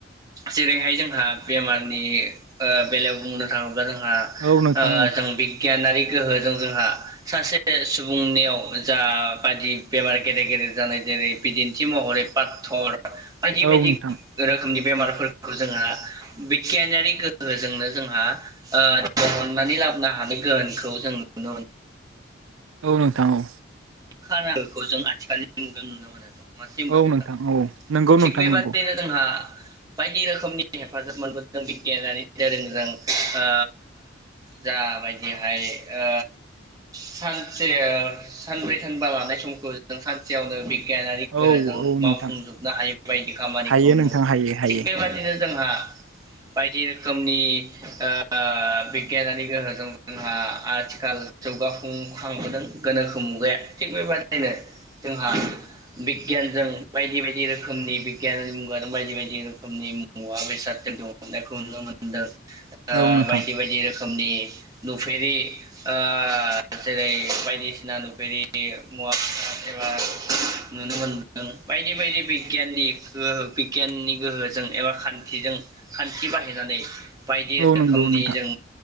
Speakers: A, on the right; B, on the right.
A: जेरैहाय जोंहा बेमारनि ओ बेलायाव बुंनो थाङोब्ला जोंहा ओ
B: औ नोंथां औ
A: जों बिगियानारि गोहोजों जोंहा सासे सुबुंनियाव जा बादि बेमार गेदेर गेदेर जानाय जेरै बिदिन्थि महरै पात्थर बायदि
B: औ
A: बायदि
B: नोंथां
A: रोखोमनि बेमारफोरखौ जोंहा बिगियानारि गोहोजोंनो जोंहा ओ बहननानै लाबोनो हानाय गोहोनखौ जों नुनो
B: औ नोंथां औ।
A: <unintelligible> जों आथिखालनि <unintelligible> नुनो मोनो। <unintelligible>
B: औ नोंथां औ नंगौ
A: थिग
B: नोंथां
A: बेबादिनो
B: नंगौ
A: जोंहा बायदि रोखोमनि हेफाजाब मोनबोदों बिगियानारि दोरोंजों ओ जाबायदिहाय ओ सानसे ओ सानब्रै होनबा लानाय समखौ जों सानसेयावनो बिगियानारि गोहोजों
B: औ औ
A: मावफुंजोबनो
B: नोंथां
A: हायै बायदि खामानिखौनो
B: हायो नोंथां हायो हायो
A: थिग बेबायदिनो जोंहा बायदि रोखोमनि ओ बिगियानारि गोहोजों जोंहा आथिखाल जौगफुंखांबोदों गोनोखो मुगाया थिग बेबाददिनो जोंहा बिगियानजों बायदि बायदि रोखोमनि बिगियाननि मुगाजों बायदि बायदि रोखोमनि मुवा बेसादजों दुहुननायखौ नुनो मोनदों। ओ
B: औ नोंथां
A: बायदि बायदि रोखोम रोखोमनि नुफेरि ओ जेरै बायदिसिना नुफेरि बियो मुवा एबा नुनो मोनदों बायदि बायदि बिगियानिक गोहो बिगियाननि गोहो जों एबा खान्थिजों खान्थि बाहायनानै बायदि रोखोमनि
B: औ नंगौ नोंथां
A: जों